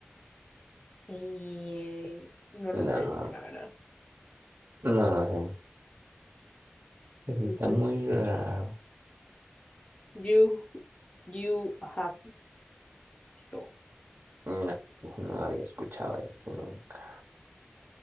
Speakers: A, on the left; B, on the right.
A: Y no
B: No,
A: lo sé, este, la verdad.
B: no lo sé. Eso
A: Jujutsu.
B: está muy raro.
A: You, you have show.
B: No, no había escuchado ese nunca.